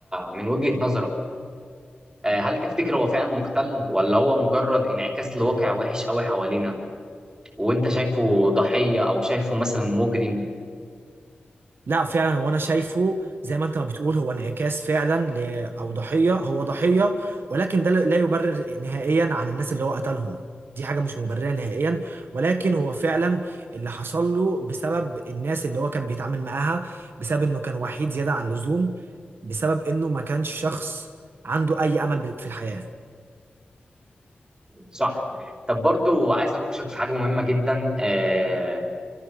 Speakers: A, on the right (about 20°); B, on the right (about 80°).
A: من وجهه نظرك آه، هل تفتكر هو فعلا مختل ولا هو مجرد انعكاس لواقع وحش قوي حوالينا وانت شايفه ضحيه او شايفه مثلا مجرم
B: لا فعلا وانا شايفه زي ما انت ما بتقول هو انعكاس فعلا ل... او ضحية هو ضحية ولكن ده لا يبرر نهائيا عن الناس اللي هو قتلهم دي حاجة مش مبررة نهائيا ولكن هو فعلا اللي حصل له بسبب الناس اللي هو كان بيتعامل معاها بسبب انه كان وحيد زيادة عن اللزوم بسبب انه ما كانش شخص عنده اي امل بال- في الحياة
A: صح طب برضو عايز اناقشك في حاجه مهمه جدا آه،